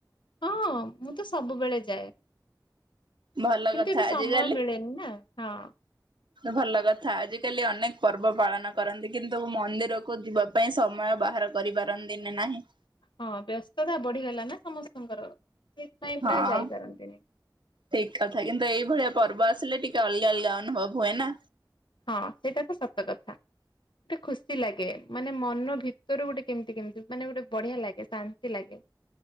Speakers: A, on the left; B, on the right.
A: ହଁ ମୁଁ ତ ସବୁବେଳେ ଯାଏ।
B: ଭଲ
A: କିନ୍ତୁ
B: କଥା
A: ଏବେ
B: ଆଜିକାଲି
A: ସମୟ ମିଳେନି ନା ହଁ
B: ଭଲ କଥା ଆଜିକାଲି ଅନେକ ପର୍ବ ପାଳନ କରନ୍ତି କିନ୍ତୁ ମନ୍ଦିରକୁ ଯିବା ପାଇଁ ସମୟ ବାହାର କରିପାରନ୍ତିନି ନାହିଁ।
A: ହଁ ବ୍ୟସ୍ତତା ବଢିଗଲା ନା ସମସ୍ତଙ୍କର ସେଇଥିପାଇଁ ପ୍ରାୟ
B: ହଁ
A: ଯାଇପାରନ୍ତିନି।
B: ଠିକ କଥା କିନ୍ତୁ ଏଇଭଳିଆ ପର୍ବ ଆସ ଆସିଲେ ଟିକେ ଅଲଗା ଅଲଗା ଅନୁଭବ ହୁଏ ନା।
A: ହଁ ସେଇଟା ତ ସତ କଥା ଗୋଟେ ଖୁସି ଲାଗେ ମାନେ ମନ ଭିତରୁ ଗୋଟେ କେମିତି କେମିତି ମାନେ ଗୋଟେ ବଢିଆ ଲାଗେ ଶାନ୍ତି ଲାଗେ।